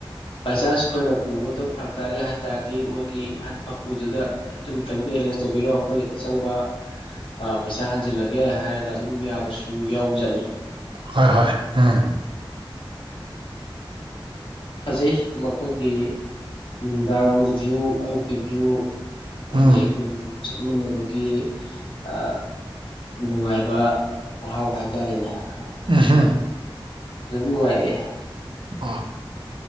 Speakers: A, on the left (about 75°); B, on the right (about 65°).
A: ꯕꯥꯏ ꯆꯥꯟꯁ ꯑꯩꯈꯣꯏꯅ ꯄꯨꯕꯗꯣ ꯐꯔꯛ ꯇꯥꯔꯦ ꯍꯥꯏꯇꯥꯔꯗꯤ ꯗꯤ ꯃꯣꯏꯒꯤ ꯍꯠ ꯃꯄꯨꯗꯨꯗ ꯑꯗꯨꯝꯇꯪꯗꯤ ꯑꯦꯔꯦꯟꯖ ꯇꯧꯕꯤꯔꯣ ꯑꯩꯈꯣꯏ ꯑꯆꯪꯕ ꯄꯩꯁꯥ ꯍꯟꯖꯤꯜꯂꯒꯦ ꯍꯥꯏꯔꯒ ꯑꯗꯨꯝ ꯌꯥꯕꯁꯨ ꯌꯥꯎꯕꯖꯥꯠꯅꯤ
B: ꯍꯣꯏ ꯍꯣꯏ ꯎꯝ
A: ꯐꯖꯩ ꯃꯈꯣꯏꯒꯤ ꯅꯨꯃꯤꯗꯥꯡꯔꯣꯝꯒꯤ ꯚꯤꯌꯨ ꯑꯌꯨꯛꯀꯤ ꯚꯤꯌꯨ ꯍꯥꯏ
B: ꯎꯝ
A: ꯑꯩꯈꯣꯏ ꯆꯠꯃꯤꯟꯅꯕꯒꯤ ꯑ ꯅꯨꯡꯉꯥꯏꯕ ꯃꯍꯥꯎ ꯍꯥꯏꯇꯥꯔꯦꯅꯦ
B: ꯎꯝꯍꯨꯝ
A: ꯑꯗꯨꯝ ꯑꯗꯨꯝ ꯅꯨꯡꯉꯥꯏꯔꯛꯑꯦ
B: ꯑꯣ